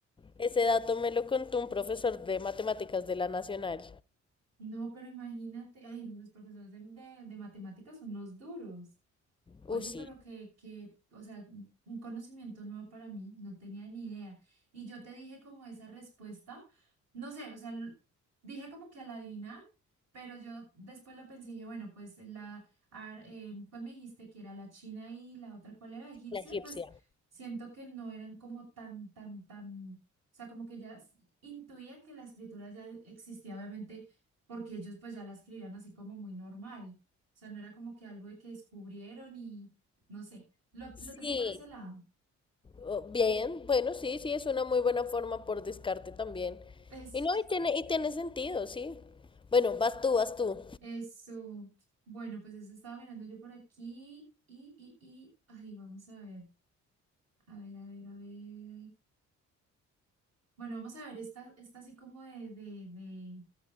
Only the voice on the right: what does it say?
No, pero imagínate, ay, los profesores de, de, de matemáticas son los duros. Oye,
pero que, que, o sea, un conocimiento nuevo para mí, no tenía ni idea. Y yo te dije como esa respuesta, no sé, o sea, l- dije como que al adivinar, pero yo después lo pensé y dije, bueno, pues la, ar- eh, ¿cuál me dijiste que era la China y la otra, cuál era egipcia?
Pues siento que no eran como tan, tan, tan, o sea, como que ya s- intuía que la escritura ya existía, obviamente, porque ellos pues ya la escribían así como muy normal sea, no era como que algo de que descubrieron y no sé, lo,
lo tomé por ese lado.
Es,
<laughs> eso. Bueno, pues eso estaba mirando yo por aquí y, y, y, ay, vamos a ver, a ver, a ver, a ver. Bueno, vamos a ver esta, esta así como de, de, de,